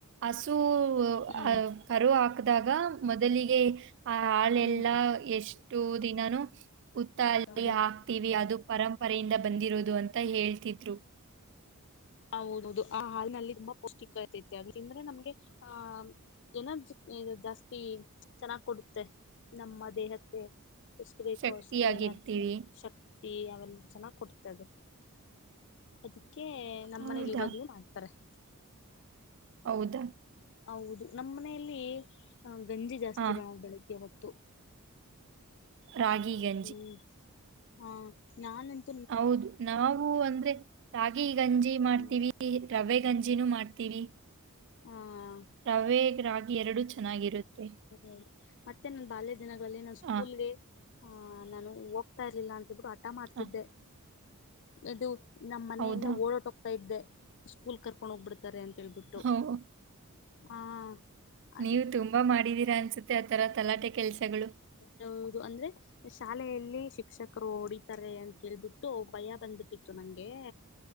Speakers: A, on the right; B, on the left.
A: ಹಸು
B: ಹ್ಮ್
A: ಅ ಕರು ಹಾಕದಾಗ ಮೊದಲಿಗೆ ಆ ಹಾಳೆಲ್ಲಾ
B: ಹ್ಮ್
A: ಎಷ್ಟು ದಿನನುೂ ಉುತ್ತ ಅಲ್ಲಿಯ
B: ಅದು
A: ವಿ ಅದು ಪರಂಪರೆಯಿಂದ ಬಂದಿರೋದು ಅಂತ ಹೇಳ್ತಿದ್ರು
B: ಹ ಹದದು ಆ ಹಾಲ್ನಲ್ಲಿ ತುಂಬಾ ಪೌಷ್ಟಿಕತೆತೆ ಅ ತಿಂದ್ರೆ ನಮ್ಗೆ ಆಹ ಎನರ್ಜಿ ಜಾಸ್ತಿ ಚೆನ್ನಾಗ್ ಕೊಡುತ್ತೆ ನಮ್ಮ ದೇಹಕ್ಕೆ ಎಷ್ಟು
A: ಶಕ್ತಿಯಾಗಿರ್ತೀವಿ
B: ಕಸ್ ಎನರ್ಜಿ ಶತಿ ಅವೆಲ್ಲ ಚೆನ್ನಾಗ್ ಕೊಡ್ತದು ಅದಕ್ಕೆ ನಮ್ಮ್
A: ಹೌದಾ
B: ಮನೇಲಿ ಇವಾಗಲೂ ಮಾಡ್ತವಿ ತತ್ರೆ
A: ಹೌದಾ
B: ಹೌದು ನಮ್ಮ್ ಮನೆಯಲ್ಲಿ ಗಂಜಿ ಜಾಸ್ತಿ
A: ಹಾ
B: ಬಣ ಬೆಳಿಗ್ಗೆ ಹೊತ್ತು
A: ರಾಗಿ ಗ
B: ಹ್ಮ್ ಹಾ ನಾ <unintelligible>
A: ಹೌದು ನಾವು ಅಂದ್ರೆ ರಾಗಿ ಗಂಜಿ ಮಾಡ್ತೀವಿ
B: ಹ್ಮ್
A: <unintelligible> ಈ ರವೆ ಗಂಜಿನೂ ಮಾಡ್ತೀವಿ
B: ಹ <unintelligible>
A: ರವೆ ರಾಗಿ ಎರಡುೂ ಚೆನ್ನಾಗಿರುತ್ತೆ
B: ಹ ಮತ್ತೆ ನನ್ ಬಾಲ್ಯ ದಿನಗಳಲ್ಲಿ ನಾ ಸ್ಕೂಲ್ಗೆ
A: ಹಾ
B: ಹ ನಾನು ಹೋಗ್ತಾ ಇರ್ಲಿಲ್ಲ ಅನ್ಸಬಿಟ್ಟು ಅ ಆಟ ಮಾಡ್ತಿದ್ದೆ
A: ಹಾ,
B: ಇದು ನಮ್ಮ್ ಮನೆಯಿಂದ
A: ಹೌದಾ
B: ಓಡಾಟ ಹೋಗ್ತಾ ಇದ್ದೆ ಸ್ಕೂಲ್ ಕರ್ ಕೊಂಡೋಗ್ಬಿಡ್ತಾರೆ ಅಂತೇಳ್ಬಿಟ್ಟು
A: ಹೌ
B: ಹ ಅದಿ
A: ನೀವು ತುಂಬಾ ಮಾಡಿದೀರಾ ಅನ್ಸುತ್ತೆ ಆತರ ತಲಾಟೆ ಕೆಲಸಗಳು
B: ಹೌದು ಅಂದ್ರೆ ಶಾಲೆಯಲ್ಲಿ ಶಿಕ್ಷಕರು ಹೊಡಿತಾರೆ ಅಂತೇಳ್ಬಿಟ್ಟು ಭಯ ಬಂದ್ಬಿಟ್ಟಿತ್ತು ನಂಗೆ